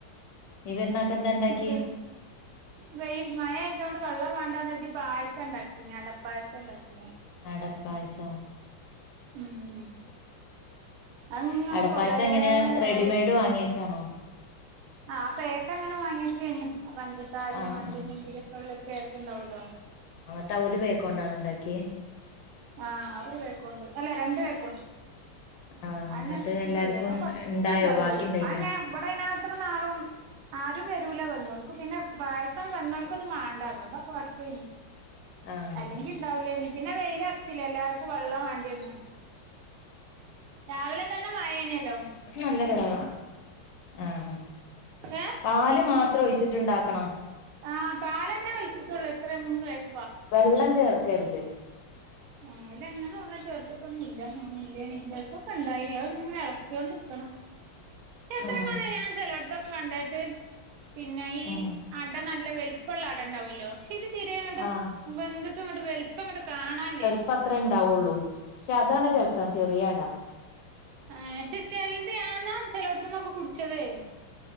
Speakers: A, on the left; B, on the right.
A: ഈ പെരുന്നാക്ക് എന്താണ്ടാക്ക്യേ?
B: പി വെയിൽ മഴ ആയതോണ്ട് വെള്ളം വേണ്ടാന്നരുതി പായസം ണ്ടാക്കിന് അടപ്പായസം ണ്ടാക്കിന്.
A: അടപ്പായസോ?
B: ഉം അങ്ങനെ
A: അടപ്പായസം
B: കൊറേ
A: എങ്ങനെയാ
B: നേരം
A: റെഡിമെയ്ഡ് വാങ്ങിയേക്കാണോ?
B: ആ പേക്കങ്ങനെ വാങ്ങിയേക്കാണ്. ആ പഞ്ചസാരേം
A: ആഹ്
B: അണ്ടീം മുന്തിരീം ഒക്കെ ഉള്ളത് <unintelligible> ണ്ടാവല്ലോ?
A: ട്ടാ ആ ഒരു പേക്കോണ്ടാണോ ഇണ്ടാക്ക്യേ?
B: ആഹ് ഒരു പേക്കോണ്ട്. അല്ല രണ്ട് പേക്കോണ്ട്.
A: ആഹ്
B: അയിനകത്ത്
A: എന്നിട്ട്
B: ഇത്തിരിള്ളൂ.
A: എല്ലാർക്കും
B: ആ കൊറച്ചേണ്ടാവുള്ളൂ.
A: ഇണ്ടായോ ബാക്കി ഇണ്ടായിനോ
B: അതന്നെ ഇവിടെ അയിനാത്രാത്തൊന്നും ആളും ആരും വരൂല വെൽ ഓൽക്ക് പിന്നെ പായസം വന്നോര്ക്കൊന്നും വേണ്ടാ അതോണ്ടാ കൊറച്ചേനു.
A: ആഹ്
B: അല്ലെങ്കി ഇണ്ടാവൂലേനു. പിന്നെ വെയിലറച്ചില്ലേ? എല്ലാർക്കും വെള്ളം വേണ്ടിവന്നെ രാവിലെ തന്നെ മഴേനറി
A: <unintelligible> നല്ലതാ അപ് ആഹ്
B: ഏഹ്
A: പാല് മാത് ത്രെ ഒയിച്ചിട്ട്ണ്ടാ ക്കണോ?
B: ആഹ് പാലന്നെ ഒയിച്ചിട്ടുള്ളൂ. എത്ര മൂന്ന് എട്
A: വെള്ളം ചേർക് ക്കരുത്
B: ആഹ് ഇല്ല അങ്ങനെയുള്ള ചേർത്തിട്ടൊന്നും ഇല്ലന്നാണ്. ഇല്ലേനി ചെലപ്പൊക്കെണ്ടായിനി. ഇങ്ങനെ ഇളക്കിയോണ്ട്ക്കണം എത്രങ്ങാനാ
A: ഉം
B: ഞാൻ ചെലോട് ഇതൊക്കെ കണ്ടായിട്ട് പിന്നെ ഈ
A: ഉം
B: അട നല്ല വലിപ്പുള്ള അടണ്ടാവല്ലോ? പക്ഷേത് തീരെ അങ്ങട്ട്
A: ആഹ്
B: വെന്തിട്ടും ഇങ്ങട്ട് വലുപ്പം ഇങ്ങട്ട് കാണാല്ലെ
A: പ്പത്രെ ഉണ്ടാവുള്ളൂ. പക്ഷെ അത് താണ് സം ചെറിയട
B: ആഹ് ക്ഷേ ചെലത്യാന ചെലയിടത്തന്നൊക്കെ കുടിച്ചതേ